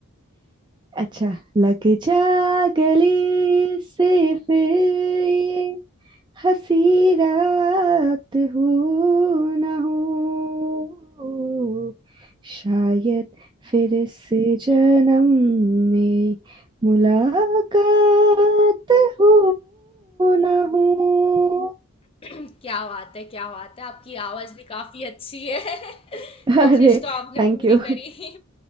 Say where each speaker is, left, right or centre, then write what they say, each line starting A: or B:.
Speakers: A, on the right; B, on the left.
A: अच्छा लग जा गले से फिर ये हंसी रात हो ना हो शायद फिर से जन्म में मुलाकात हो ना हो
B: <clears throat> क्या बात है क्या बात है आपकी आवाज़ भी काफ़ी अच्छी है <laughs>
A: <laughs> अरे
B: कोशिश तो आपने
A: Thank
B: पूरी
A: you
B: करी <laughs>